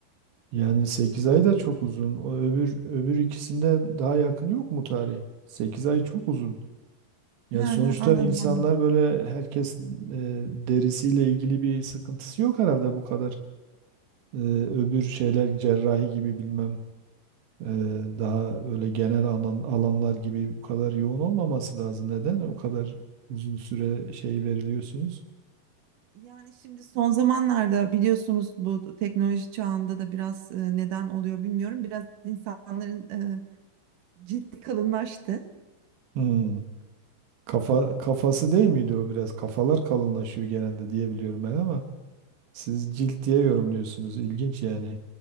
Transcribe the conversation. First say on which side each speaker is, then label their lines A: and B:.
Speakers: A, on the right; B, on the right.
A: Yani 8 ay da çok uzun. O öbür öbür ikisinden daha yakın yok mu tarih? 8 ay çok uzun. Ya
B: Hı hı,
A: sonuçta
B: anladım
A: insanlar
B: anladım.
A: böyle herkes e, derisiyle ilgili bir sıkıntısı yok herhalde bu kadar. E, öbür şeyler cerrahi gibi bilmem e, daha böyle genel alan, alanlar gibi bu kadar yoğun olmaması lazım. Neden o kadar uzun süre şey veriliyorsunuz?
B: Yani şimdi son zamanlarda biliyorsunuz bu teknoloji çağında da biraz e, neden oluyor bilmiyorum. Biraz insanların e, cildi kalınlaştı.
A: Hmm. Kafa kafası değil miydi o biraz? Kafalar kalınlaşıyor genelde diye biliyorum ben ama. Siz cilt diye yorumluyorsunuz. İlginç yani.